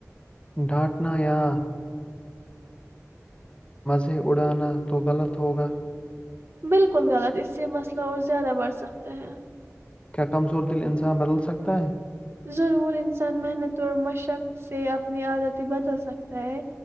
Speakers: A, on the left; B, on the right.
A: ڈھانٹنا یا مزے اڑانا تو غلط ہوگا
B: بالکل الکل غلط اس سے مسئلہ اور زیادہ بڑھ سکتے ہیں
A: کیا کمزور دل انسان بدل سکتا ہے
B: ضرور انسان محنت اور مشق سے اپنی آادتی بدل سکتا ہے